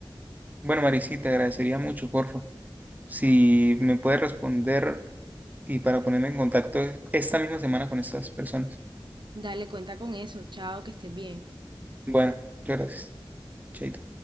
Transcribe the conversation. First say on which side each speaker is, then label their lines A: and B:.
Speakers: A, on the right; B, on the right.
A: Bueno, Maricita, te agradecería mucho, porfa, si me puedes responder y para ponerme en contacto esta misma semana con estas personas.
B: Dale cuenta con eso, chao, que estés bien.
A: Bueno, muchas gracias. Chaito.